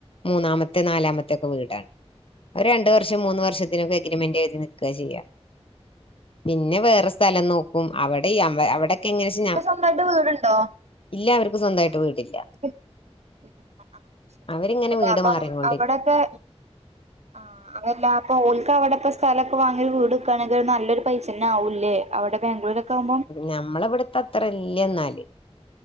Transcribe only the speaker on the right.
ഇവൽത് വീട് ണ്ടോ
<unintelligible>
അപ്പം
അവ്ടൊക്കെ ആഹ് അതല്ല അപ്പം ഓൽക്ക് അവടെപ്പം സ്ഥലൊക്കെ വാങ്ങി ഒര് വീട് വെക്കാണെങ്കി ഒര് നല്ലൊരു പൈസന്നെ ആവൂല്ലേ അവ്ടെ ബാഗ്ലൂരൊക്കെ ആകുമ്പം